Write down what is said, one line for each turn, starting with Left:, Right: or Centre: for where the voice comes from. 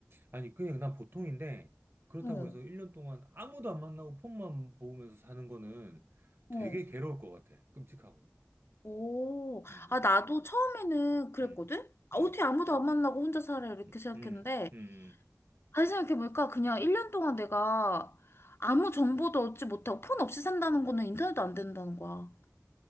Right: 아니, 그냥 난 보통인데, 그렇다고
Left: 어,
Right: 해서 1년 동안 아무도 안 만나고 폰만 보면서 사는 거는
Left: 어.
Right: 되게 괴로울 것 같아. 끔찍하고.
Left: 오.
Right: 음,
Left: 아, 나도 처음에는 그랬거든?
Right: 음,
Left: 아,
Right: 음,
Left: 어떻게 아무도 안 만나고 혼자 살아? 이렇게
Right: 음,
Left: 생각했는데,
Right: 음, 음, 음.
Left: 다시 생각해보니까 그냥 1년 동안 내가
Right: 음.
Left: 아무 정보도 얻지 못하고 폰 없이 산다는 거는 인터넷도 안 된다는 거야.